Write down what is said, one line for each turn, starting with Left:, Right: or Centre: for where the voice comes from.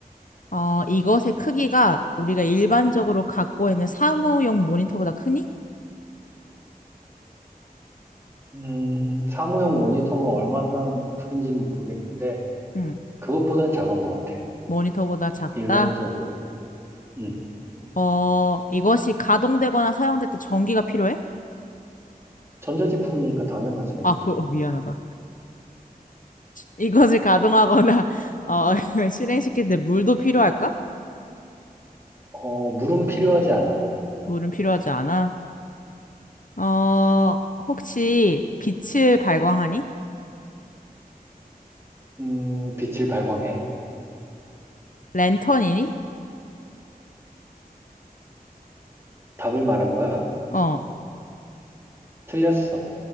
Left: 어, 이것의 크기가 우리가 일반적으로 갖고 있는 사무용 모니터보다 크니?
Right: 음, 사무용 모니터가 얼마나 크긴지는 모르겠는데,
Left: 응.
Right: 그것보단 작은 것 같아.
Left: 모니터보다 작다?
Right: 일반적으로. 음.
Left: 어, 이것이 가동되거나 사용될 때 전기가 필요해?
Right: 전자제품이니까 당연하지.
Left: 아, 그, 어, 미안하다. 이것을 가동하거나, <laughs> 어, <laughs> 실행시킬 때 물도 필요할까?
Right: 어, 물음 필요하지 않아.
Left: 물은 필요하지 않아. 어, 혹시 빛을 발광하니?
Right: 음, 빛을 발광해.
Left: 랜턴이니?
Right: 답을 말한 거야?
Left: 어,
Right: 틀렸어.